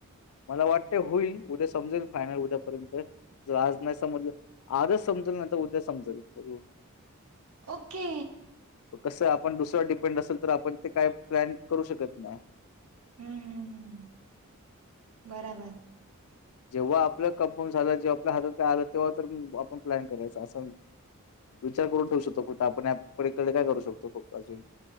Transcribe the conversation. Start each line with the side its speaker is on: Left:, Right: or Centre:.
Left: मला वाटतें होईल, उद्या समजेल. फायनल उद्यापर्यंत जर आज नाही समजलं. आजच समजल नाही, तर उद्या समजल बघू
Right: ओके
Left: <inaudible> कस आपण दुसऱ्यावर डिपेंड असेल तर आपण ते काय प्लॅन करू शकत नाही.
Right: हम्म हम्म हम्म बराबर.
Left: जेव्हा आपलं कन्फर्म झालं, जेव आपल्या हातात काय आलं तेव्हा तर आपण प्लॅन करायचं असं विचार करून ठेव शकतो फक्त आपण इकडे काय करू शकतो फ पाजून